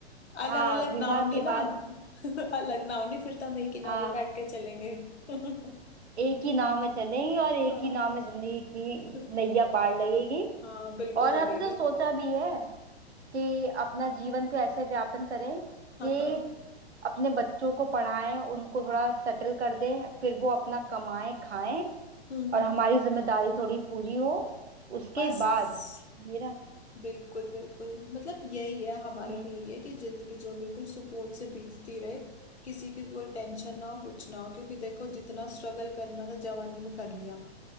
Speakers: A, on the left; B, on the right.
A: अलग
B: हाँ
A: अलग
B: विवाह
A: नाव नहीं
B: के
A: ना
B: बाद
A: <laughs> अलग नाव नहीं फिर तो हम एक ही नाव
B: हाँ
A: में बैठ के चलेंगे <laughs>
B: एक ही नाव में चलेंगी और एक
A: हाँ
B: ही नाव में जिंदगी की
A: <laughs>
B: नैया पार लगेगी
A: हाँ बिल्कुल
B: और हमने
A: लगेगी
B: तो सोचा भी है कि अपना जीवन को ऐसे व्यापन करें
A: हाँ
B: कि
A: हाँ
B: अपने बच्चों को पढ़ाएं उनको थोड़ा सेटल कर दें फिर वो अपना कमाएं खाएं
A: हम्म
B: और
A: हम्म
B: हमारी जिम्मेदारी थोड़ी पूरी हो उसके
A: बस
B: बाद मेरा
A: बिल्कुल बिल्कुल मतलब यही है हमारा
B: हम्म
A: भी यही है कि जिंदगी जो बिल्कुल सुकून से बीतती रहे किसी की कोई टेंशन ना हो कुछ ना हो क्योंकि देखो जितना स्ट्रगल करना था जवानी में कर लिया